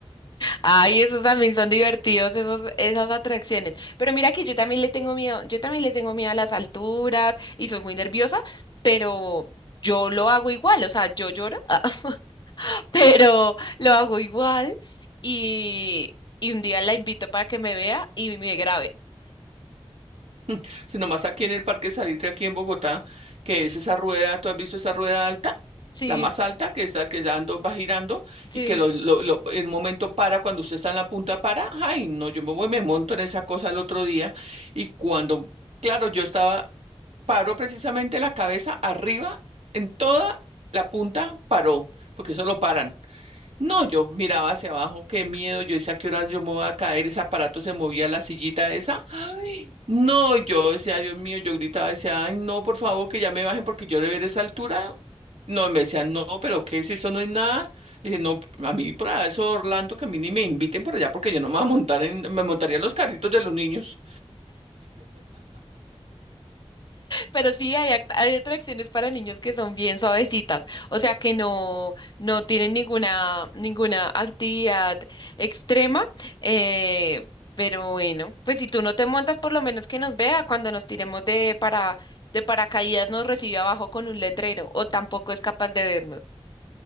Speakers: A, on the left; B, on the right.
A: Ay, esos también son divertidos, esos, esas atracciones. Pero mira que yo también le tengo miedo, yo también le tengo miedo a las alturas y soy muy nerviosa, pero yo lo hago igual, o sea, yo lloro, <laughs> pero lo hago igual y, y un día la invito para que me vea y me grabe.
B: <laughs> sino más aquí en el Parque Salitre, aquí en Bogotá, que es esa rueda, ¿tú has visto esa rueda alta?
A: Sí,
B: La más alta que está, que dando, va girando
A: sí.
B: y que lo, lo- lo- en un momento para, cuando usted está en la punta para. Ay, no, yo me voy, me monto en esa cosa el otro día y cuando, claro, yo estaba. paró precisamente la cabeza arriba, en toda la punta paró, porque eso lo paran. No, yo miraba hacia abajo, qué miedo, yo hice a qué horas yo me voy a caer, ese aparato se movía la sillita esa. Ay, no, yo decía, Dios mío, yo gritaba, decía, ay, no, por favor, que ya me bajen porque yo de ver esa altura. No, y me decían, no, pero ¿qué es eso? No es nada. Le dije, no, a mí para eso, Orlando, que a mí ni me inviten por allá porque yo no me voy a montar en, me montaría en los carritos de los niños.
A: Pero sí hay, act- hay atracciones para niños que son bien suavecitas, o sea que no, no tienen ninguna, ninguna actividad extrema, eh, pero bueno, pues si tú no te montas, por lo menos que nos vea cuando nos tiremos de para, de paracaídas nos recibe abajo con un letrero, o tampoco es capaz de vernos.